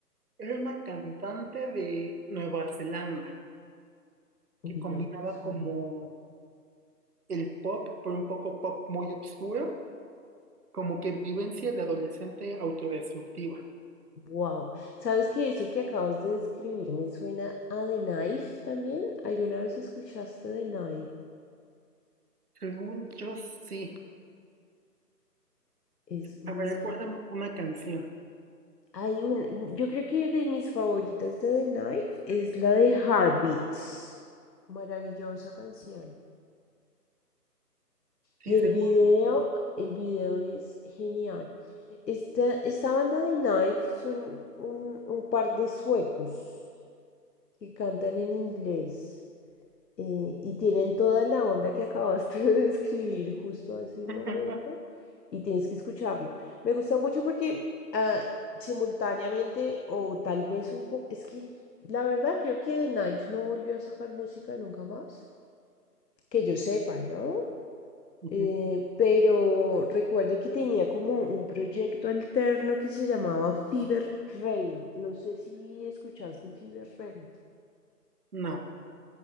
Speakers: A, on the right (about 65°); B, on the left (about 80°).
A: era una cantante de Nueva Zelanda
B: Uy,
A: que combinaba
B: no me suena.
A: como el pop, pero un poco pop muy obscuro, como que vivencia de adolescente autodestructiva.
B: Wow. ¿Sabes que eso que acabas de describir me suena a The Knife también? ¿Alguna vez escuchaste The Knife?
A: Según yo, sí.
B: Es una
A: A ver, recuérdame una canción.
B: Hay un, yo creo que de mis favoritas de The Knife es la de Heartbeats. Maravillosa canción.
A: Sí,
B: Y el
A: según.
B: video, el video es genial. Esta, esta banda de Knife son un, un par de suecos que cantan en inglés. eh, y tienen toda la onda que acabaste <laughs> de describir justo hace un
A: <laughs>
B: momento y tienes que escucharlo. Me gusta mucho porque ah, simultáneamente o tal vez un poco, es que la verdad creo que The Knife no volvió a sacar música nunca más, que yo sepa, ¿no?
A: Ujú.
B: Eh, pero recuerdo que tenía como un proyecto alterno que se llamaba Fever Ray. No sé si escuchaste Fever Ray.
A: No.